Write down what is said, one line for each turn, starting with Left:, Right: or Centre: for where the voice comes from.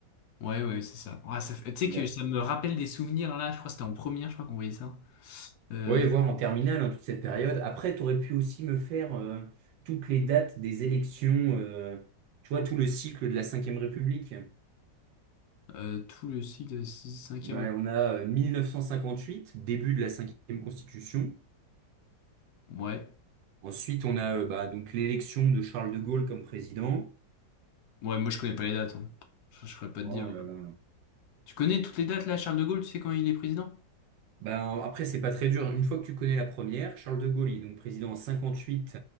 Left: ouais, ouais, c'est ça. Ah, ça fait- Tu
Right: Il
Left: sais que
Right: va-
Left: ça me rappelle des souvenirs là. Je crois que c'était en première, je crois qu'on voyait ça Euh,
Right: Ouais, voir en terminale, hein, toute cette période. Après, tu aurais pu aussi me faire euh, toutes les dates des élections, euh, tu vois, tout le cycle de la Cinquième République.
Left: Euh, tout le cycle de 6, 5
Right: Bah, on a euh, 1958, début de la cinquième constitution.
Left: Ouais.
Right: Ensuite, on a euh, bah, donc l'élection de Charles de Gaulle comme président.
Left: Ouais, moi je connais pas les dates. hein. Je, je saurais pas te
Right: Oh
Left: dire.
Right: là
Left: hein.
Right: là.
Left: Tu connais toutes les dates là, Charles de Gaulle, tu sais quand il est président?
Right: Bah, après, c'est pas très dur. Une fois que tu connais la première, Charles de Gaulle, il est donc président en 58